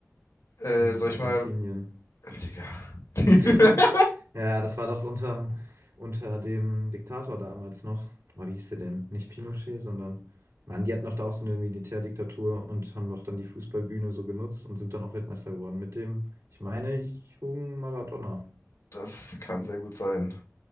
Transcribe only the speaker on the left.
Äh,
soll
ich mal... Digga. <laughs>
Das kann sehr gut sein.